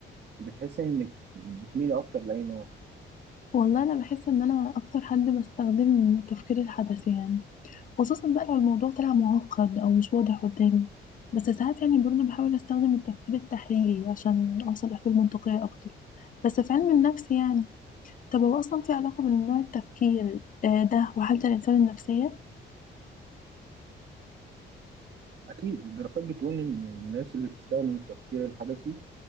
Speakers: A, on the right (about 60°); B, on the left (about 40°).
A: بتحس انك بتميل اكتر لاي نوع
B: والله انا بحس ان انا اكتر حد بستخدم التفكير الحدسي يعني خصوصا بقى لو الموضوع طلع معقد او مش واضح قدامي بس ساعات يعني برضه بحاول استخدم التفكير التحليلي عشان اوصل لحلول منطقية اكتر بس في علم النفس يعني طب هو اصلا في علاقة بين نوع التفكير آه، ده وحالة الانسان النفسية
A: اكيد الدراسات بتقول ان الناس اللي بتستخدم التفكير الحدثي